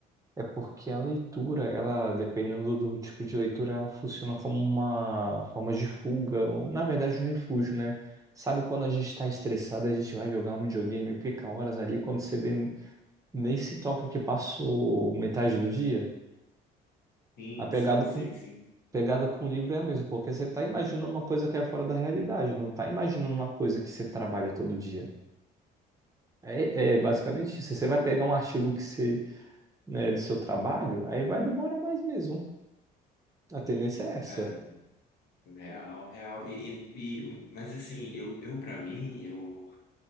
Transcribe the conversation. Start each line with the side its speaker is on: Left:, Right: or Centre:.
Right: É porque a leitura, ela, dependendo do tipo de leitura, ela funciona como uma forma de fuga, ou na verdade um refúgio, né? Sabe quando a gente está estressado, a gente vai jogar um videogame, e fica horas ali, quando você vê, nem se toca que passou metade do dia?
Left: sim,
Right: A pegada
Left: sim, sei,
Right: com,
Left: sim.
Right: pegada com o livro é a mesma, porque você está imaginando uma coisa que é fora da realidade, não está imaginando uma coisa que você trabalha todo dia. É, é basicamente isso. Você vai pegar um artigo que você, né, do seu trabalho, aí vai demorar mais mesmo. A tendência é essa.
Left: Caramba. Real, real. E, e, e- mas assim, eu, eu para mim, eu